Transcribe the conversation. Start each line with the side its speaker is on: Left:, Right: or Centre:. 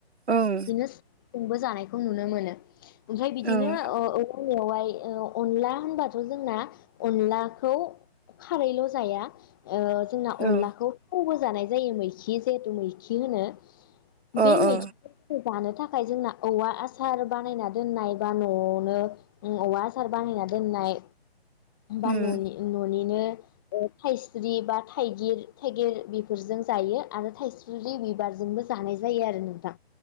Right: ओं
Left: बिदिनो जोंबो जानाय खौ नुनो मोनो ओमफ्राय बिदिनो
Right: ओं
Left: ओ औवा मेवाइ ओ अनला होनबाथ जोंना अनलाखौ खारैल जाया ओ जोंना अनलाखौ
Right: औ
Left: थावबो जानाय जायो मैखि जिहेथु मैखि होनो बे
Right: अ
Left: मैखि
Right: अ
Left: जानो थाखाय जोंना औवा आसार आसार बानायना दोननाय बा नआवनो औवा आसार बानायना दोननाय बा
Right: उम
Left: ननि ननिनो ओ थाइस्रि बा थाइगिर थाइगिर बेफोरजों जायो आरो थाइस्रि बिबारजोंबो जानाय जायो आरो नोंथां